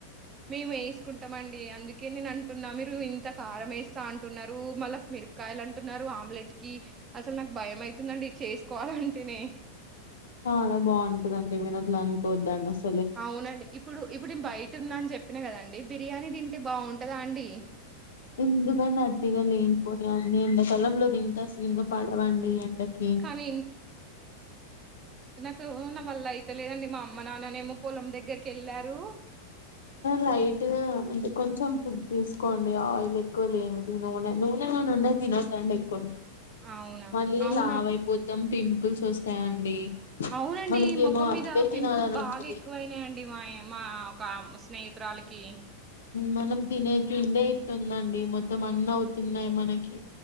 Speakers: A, on the right; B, on the left.
A: మేము ఏస్కుంటమండి అందుకే నేన్ అంటున్నా మీరు ఇంత కారం ఏస్తా అంటున్నరు మళ్ళ మిరపకాయలంటున్నరు ఆమ్లెట్కి అసలు నాక్ భయం అయితుందండి చేస్ కకోవాలంటేనే
B: చాలా బాగుంటదండి మీర్ అట్ల అనుకోద్దండి అసల్
A: అవునండి ఇప్పుడు ఇప్పుడు నేన్ బైటున్న అన్ చెప్ ప్పిన కదండి బిర్యానీ తింటే బాగుంటదా అండి అ
B: ఎందు అట్టిగా లేనిపోని అన్నీ ఎండాకాలంలో తింటే అసల్ ఇంకా పడవండి ఎండకి
A: కానీ సో నా వల్ల అయితేలేదండి మా అమ్మ నాన్ననేమో పొలం దగ్గరకి వెళ్ళారు
B: లైట్ గాంటే కొంచెం ఫుడ్ తీసుకోండి ఆయిల్ ఎక్కువ లేనిది నూనె నూనె నూనెన్నాయి తినొద్దండిక్
A: అవునా!
B: మళ్ళీ
A: అవునండి.
B: లావ అయిపోతాం పిం పప్పుల్స్ వస్తాయండి
A: అవునండి
B: మనకేమో
A: ముఖం మీద
B: అవే తినాలని
A: పింపుల్స్ బాగా
B: ఉంటది
A: ఎక్కువయినాయండి మా మా ఒక స్నేహితురాలికి
B: మనం తినే తిండే ఇట్లుందండి మొత్తం అన్న అవుతున్నాయి మనకి